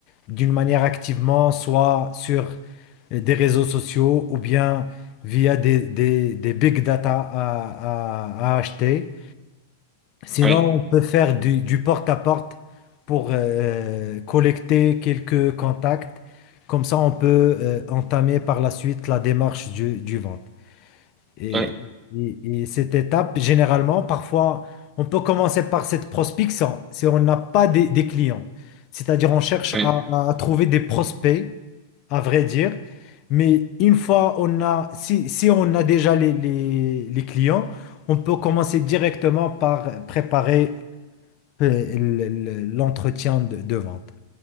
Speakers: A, on the left; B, on the right.
A: d'une manière activement, soit sur euh, des réseaux sociaux ou bien via des, des- des big data à, à- à acheter. Sinon,
B: oui,
A: on peut faire du, du porte-à-porte pour euh, collecter quelques contacts. Comme ça, on peut euh, entamer par la suite la démarche du, du vente. Et,
B: oui,
A: et- et cette étape, généralement, parfois, on peut commencer par cette prospection, si on n'a pas des, des clients. C'est-à-dire, on cherche
B: oui,
A: à, à trouver des prospects, à vrai dire. Mais une fois on a, si, si on a déjà les, les- les clients, on peut commencer directement par préparer euh, le- le- l'entretien de, de vente.